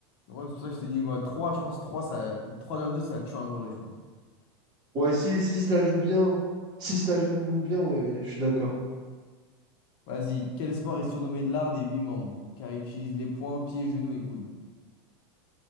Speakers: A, on the left; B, on the right.
A: Ouais, c'est pour ça que je t'ai dit, ouais, 3, je pense 3 ça, 3 Down Jones, ça tue un gorille, je pense.
B: Ouais, si, si se la joue bien, si se la joue bien, ouais, je suis d'accord.
A: Vas-y, quel sport est surnommé l'art des 8 membres? Car il utilise les poings, pieds, genoux et coudes.